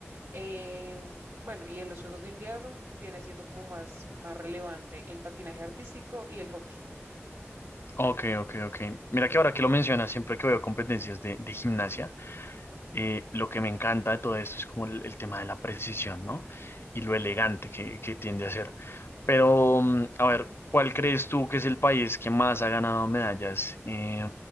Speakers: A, on the right; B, on the left.
A: Em, bueno, y en los Juegos de Invierno viene siendo como más, más relevante el patinaje artístico y el hockey.
B: Ok, ok, ok. Mira que ahora que lo mencionas, siempre que veo competencias de, de gimnasia, Eh, lo que me encanta de todo esto es como el, el tema de la precisión, ¿no? Y lo elegante que, que tiende a ser. Pero, mm, a ver, ¿cuál crees tú que es el país que más ha ganado medallas eh,